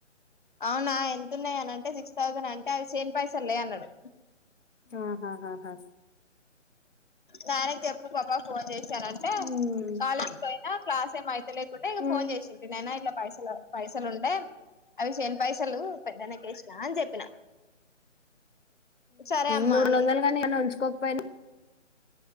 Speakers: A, on the left; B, on the left.
A: అవునా ఎంతన్నాయ అని అంటే సిక్స్ థౌసండ్ అంటే అ చేన్ పైస లే అన్నాడు
B: ఆహా ఆ
A: నాార తె అప్ప పాబా ఫోన్ చేశాారంటే
B: ఉమ్.
A: కాలేజ్ పోయినా క్లాస్ ఏం అయితే లేకుంటే ఇంక
B: ఉమ్.
A: ఫోన్ చేసింది నేనా ఇలా పైసలు పైసలుండే అవి చేని పైసలు ంటకష్ా చెప్పిన సరే అమ్మా
B: నూరు
A: అని
B: రందలు కాగానీ ఏన్న ఉంచుకో ప